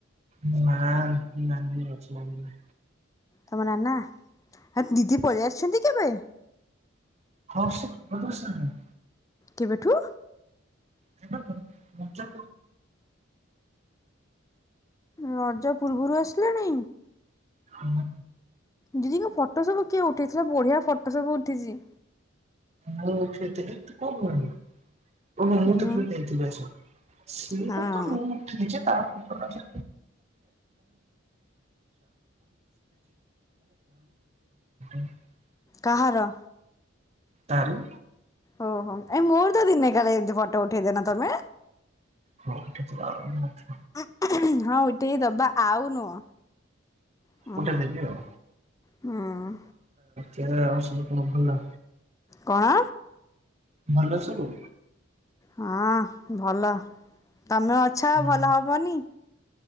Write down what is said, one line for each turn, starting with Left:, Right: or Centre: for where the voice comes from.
Right: ନା ନାଲି ଅଛି ଆଗରୁ।
Left: ତମ ନାନା ଆ ଦିଦି ପଳେଇ ଆସିଛନ୍ତି ଏବେ।
Right: ହଉ ସେପଟୁ ସେମିତି
Left: କିବେଠୁ
Right: ହେ ମଜ
Left: ରଜା ପୂର୍ବରୁ ଆସିଲାଣି।
Right: ହଁ
Left: ଦିଦିଙ୍କ ଫଟୋ ସବୁ କିଏ ଉଠେଇଥିଲା, ବଢିଆ ଫଟୋ ସବୁ ଉଠିଛି।
Right: ଆ ସେତ ଏ ତ କଣ? ଓ ମୁଁ
Left: ହୁଁ
Right: ତ ଦେଇଥିଲି ଆଛା, ସେଇଟା
Left: ହଁ
Right: ତ ମୁଁ ଉଥେଇଛି, ତାପରେ <unintelligible>
Left: କାହାର?
Right: ତାର।
Left: ଓଁ ହୋ ଆ ମୋର। ଦିନେ କାଳେ ଏମିତି ଫଟ ଉଠେଇ ଦେଇନ ତ। ତମେ
Right: <unintelligible>
Left: ଆ ହାଁ ହାଁ ହାଁ ହାଁ ଟ ଦବା ଆଉ ନୁହଁ ହୁଁ
Right: ଗୋଟେ ଦେବି ଆଉ।
Left: ହୁଁ।
Right: କେ ଆଉ ସବୁ କଣ ଭଲ ନା?
Left: କଣ?
Right: ଭଲ ସବୁ?
Left: ହଁ ଭଲ। ତମେ ଅଛ
Right: ହୁଁ
Left: ଭଲ ହବନି।